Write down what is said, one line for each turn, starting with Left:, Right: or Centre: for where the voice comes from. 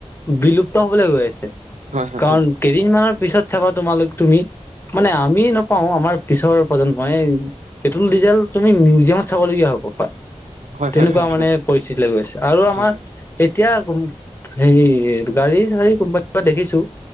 Left: বিলুপ্ত হবলৈ গৈ আছে।
Right: হয় হয়
Left: কাৰণ কেইদিনমানৰ পিছত চাবা তোমালোক তুমি মানে আমি নকও আমাৰ পিছৰ প্ৰজন্মই পেট্ৰল -ডিজেল তুমি মিউজিয়ামত চাবলগীয়া হ হ'ব পায়
Right: হয়-হয়-
Left: তেনেকুৱা
Right: হয়-
Left: মানে
Right: হয়
Left: পৰিস্থিতিলৈ গৈছে আৰু আমাৰ
Right: হয়
Left: এতিয়া সেই গাড়ী-চাড়ী <unintelligible> দেখিছোঁ।